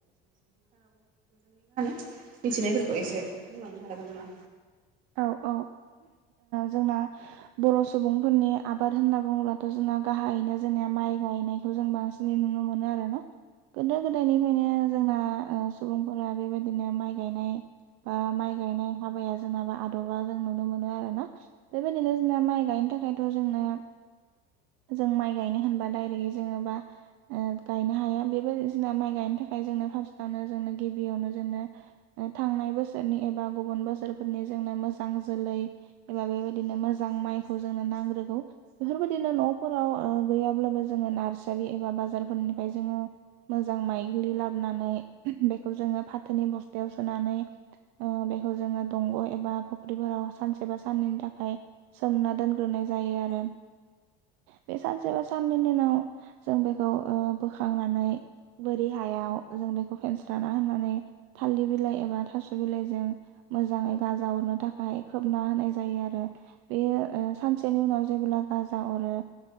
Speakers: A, on the right; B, on the right.
A: <unintelligible> मिथिनायफोरखौ एसे बुंलांनो हागोन नामा?
B: औ औ जोंना बर' सुबुंफोरनि आबाद होनना बुंङोबाथ' जोंना गाहायैनो जोंनिया माइ गायनायखौ जों बांसिन। नुनो मोनो आरो ना गोदो गोदायनिफ्रायनो जोंना सुबुंफोरा बेबायदिनो माइ गायनाय बा माइ गायनाय हाबाया जोंबा आदबा जों नुनो मोनो आरो ना बेबायदिनो जोंना माइ गायनो थाखायथ' जोंना जों माइ गायनो होनबा दायरेक्टलि जोंङबा गायनो हाया बेबायदिना माइ गायनो थाखाय जोंनो फार्स्टआवनो जोंनो गिबियावनो जोंनो। थांनाय बोसोरनि एबा गुबुन बोसोरफोरनि जोंनो मोजां जोलै एबा बेबायदिनो मोजां माइखौ जोंनो नांग्रोगौ बेफोरबायदिनो न'फोराव गैयाब्लाबो जोंङो नार्सारि एबा बाजारफोरनिफ्राय जोंङो मोजां माइग्लि लाबोनानै बेखौ जोंङो फाथोनि बस्थायाव सोनानै बेखौ जोंङो दंग' एबा फुख्रिफोराव सानसे बा साननैनि थाखाय सोमना दोनग्रोनाय जायो आरो। बे सानसे बा साननि उनाव जों बेखौ बोखांनानै बोरि हायाव जों बेखौ फेनस्राना होननानै थालिर बिलाइ एबा थास' बिलाइजों मोजांङै गाजा हवरनो थाखाय खोब ना होनाय जायो आरो। बे सानसेनि उनाव जेबोब्ला गाजा हरो